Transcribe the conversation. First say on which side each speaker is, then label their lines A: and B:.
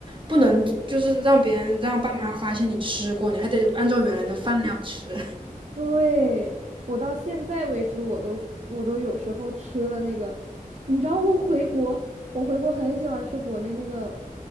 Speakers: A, on the right; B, on the right.
A: 不能，就是让别人让爸妈发现你吃过，你还得按照原来的饭量吃。<laughs>
B: 对，我到现在为止，我都我都有时候吃了那个，你知道我回国，我回国很喜欢吃国内那个